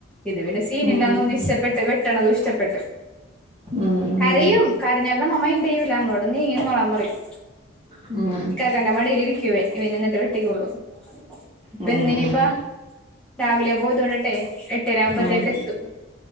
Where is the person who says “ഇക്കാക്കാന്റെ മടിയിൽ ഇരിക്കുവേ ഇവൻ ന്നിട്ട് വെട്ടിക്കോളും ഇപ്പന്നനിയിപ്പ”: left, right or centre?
Centre